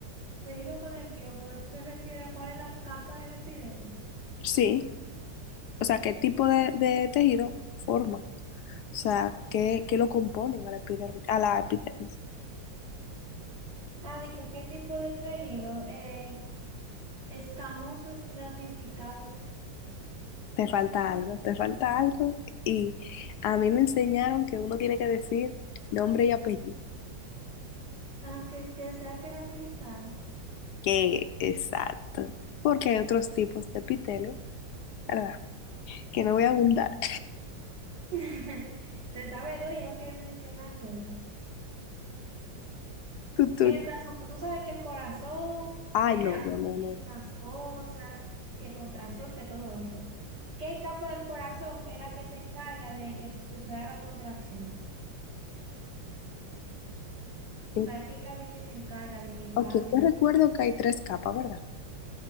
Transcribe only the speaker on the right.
tejido conectivo, pero tú te refieres a cuál es la capa de la epidermis.
Ah, de que qué tipo de tejido. Eh, escamoso estratificado.
Ah, que, que sea queratinizado.
<laughs> Te sabe dos, ya lo quieren mencionar todos.
En el corazón, pues tú sabes que el corazón
eh,
hace
muchísimas cosas, que contracción, que todo eso. ¿Qué capa del corazón es la que se encarga de que suceda la contracción?
O sea, ¿qué carga que se encarga de que pase?
este-